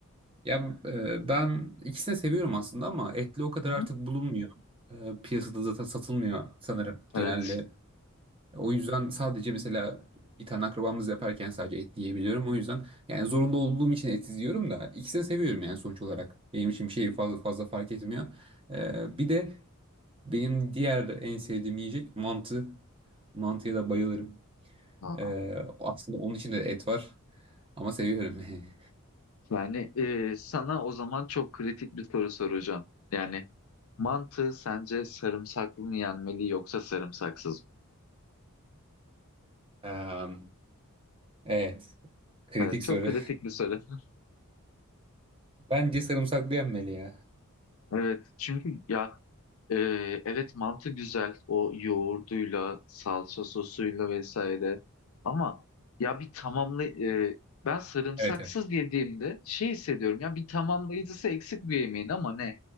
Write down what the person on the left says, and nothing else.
Hı
hı.
Evet.
Aa.
Yani e, sana o zaman çok kritik bir soru soracağım. Yani mantı sence sarımsaklı mı yenmeli yoksa sarımsaksız mı?
Evet, çok
kritik bir soru. <laughs>
Evet, çünkü ya e, evet mantı güzel o yoğurduyla, salça sosuyla vesaire. Ama ya bir tamamlı e, ben sarımsaksız
yediğimde şey hissediyorum ya bir tamamlayıcısı eksik bir yemeğin ama ne